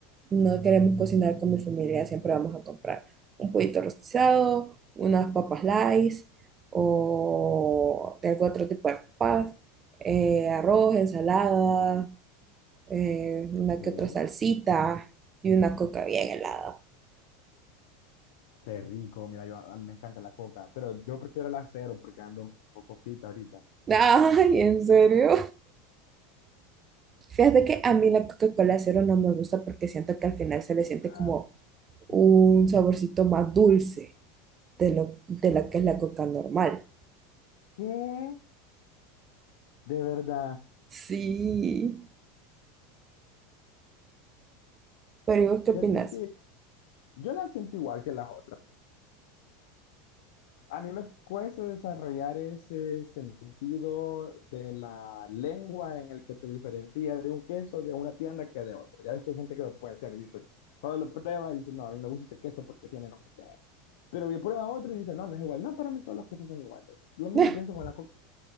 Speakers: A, on the right; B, on the left.
A: no queremos cocinar con mi familia, siempre vamos a comprar un pollito rostizado, unas papas Lays o de algún otro tipo de papas, eh, arroz, ensalada, eh, una
B: Ok, qué
A: que otra salsita y una coca bien helada.
B: rico. Mira, yo a mí me encanta la coca, pero yo prefiero la cero porque ando un poco fit ahorita.
A: <laughs> Ay, ¿en serio? Fíjate que a mí la Coca-Cola cero no me gusta porque siento que al final se le siente
B: Ah,
A: como un
B: eh,
A: saborcito más dulce de lo, de la que es la Coca normal.
B: ¿qué? De verdad,
A: Sí. Pero ¿y vos qué opinas?
B: fíjate que yo la siento igual que las otras. A mí me cuesta desarrollar ese sentido de la lengua en el que te diferencia de un queso de una tienda que de otra. Ya ves que hay gente que lo puede hacer y dice, solo lo prueba y dice, no, a mí no me gusta este queso porque tiene no sé qué. Pero yo prueba otro y dice, no, no es igual. No, para mí todos los quesos son iguales. Lo mismo
A: <laughs>
B: pienso con la comida.